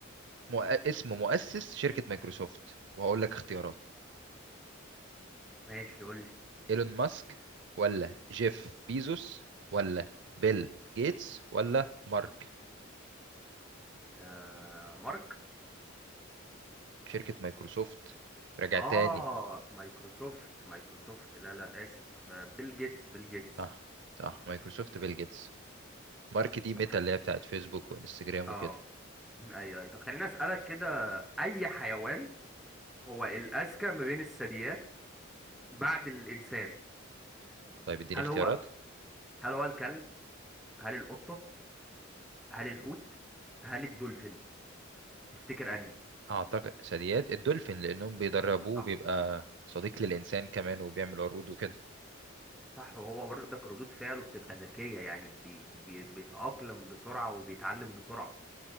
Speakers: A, on the right; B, in the centre.
A: مؤ... اسم مؤسس شركة مايكروسوفت وهقول لك اختيارات
B: ماشي قول لي
A: ايلون ماسك ولا جيف بيزوس ولا بيل جيتس ولا مارك
B: آه مارك
A: شركة مايكروسوفت راجع
B: اه
A: تاني
B: مايكروسوفت مايكروسوفت لا لا اسف آه، بيل جيتس بيل جيتس
A: صح صح مايكروسوفت بيل جيتس مارك دي
B: طب
A: ميتا
B: خ-
A: اللي هي بتاعت فيسبوك وانستجرام
B: اه
A: وكده
B: ايوه أيوة. طب خليني اسالك كده اي حيوان هو الاذكى ما بين الثدييات بعد الانسان
A: طيب اديني
B: هل
A: اختيارات
B: هو هل هو الكلب هل القطه هل الحوت هل الدولفين تفتكر انهي
A: اعتقد ثدييات الدولفين لانهم بيدربوه
B: صح
A: بيبقى صديق للانسان كمان وبيعمل عروض وكده
B: صح وهو برضك ردود فعله بتبقى ذكية يعني بي بي بيتأقلم بسرعة وبيتعلم بسرعة